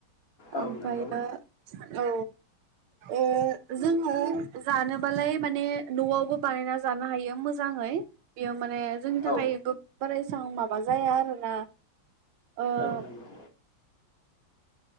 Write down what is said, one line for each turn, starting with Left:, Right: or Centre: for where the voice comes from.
Right: ओमफ्रायबो
Left: औ नंगौ
Right: औ ए जोङो जानोबालाय माने न'आवबो बानायना जानो हायो मोजाङै बिया माने जोंनि थाखाय
Left: औ
Right: गोग बारा एसां माबा जाया आरोना ओ
Left: औ नंगौ